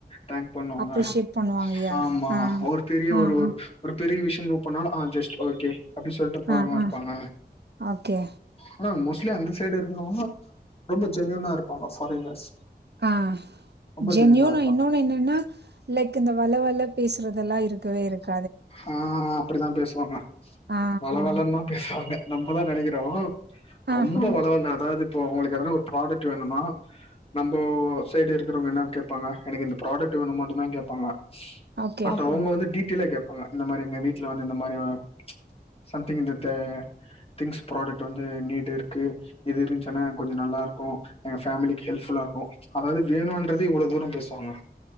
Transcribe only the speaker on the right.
அப்ரிஷியேட் பண்ணுவாங்கயா
ஆ
ஆ
ஆ
ஆ ஆ
ஓகே
ஆ
ஜென்யூனா
இன்னொன்னு என்னன்னா லைக் இந்த வலவல பேசுறதெல்லா இருக்கவே இருக்
ஆ,
ஆ
ஓகே.